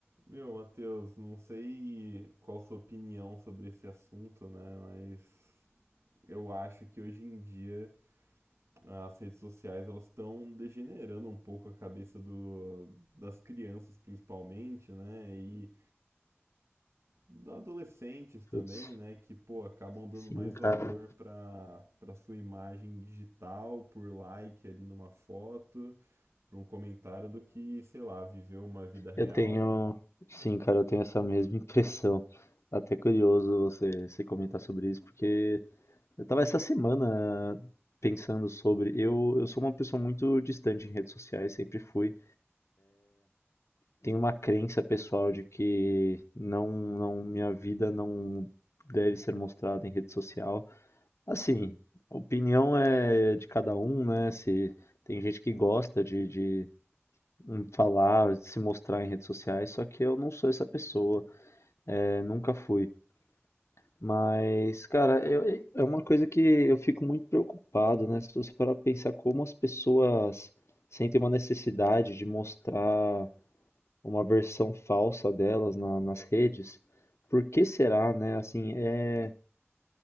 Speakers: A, on the right; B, on the left.
A: Meu, Matheus, não sei qual sua opinião sobre esse assunto, né? Mas eu acho que hoje em dia as redes sociais elas estão degenerando um pouco a cabeça do, das crianças principalmente, né? E dos adolescentes também,
B: Putz,
A: né? Que, pô, acabam dando
B: sim,
A: mais
B: cara.
A: valor para para sua imagem digital, por like ali numa foto, por um comentário do que, sei lá, viver uma vida real.
B: Eu tenho. Sim, cara, eu tenho essa mesma impressão. Até curioso você, você comentar sobre isso, porque eu tava essa semana pensando sobre. Eu, eu sou uma pessoa muito distante em redes sociais, sempre fui. Tenho uma crença pessoal de que não, não, minha vida não deve ser mostrada em rede social. Assim, a opinião é de cada um, né? Se tem gente que gosta de, de em falar, se mostrar em redes sociais, só que eu não sou essa pessoa, é, nunca fui. Mas, cara, eu- é uma coisa que eu fico muito preocupado, né? Se você parar pra pensar como as pessoas sentem uma necessidade de mostrar uma versão falsa delas na- nas redes, por que será, né? Assim, é,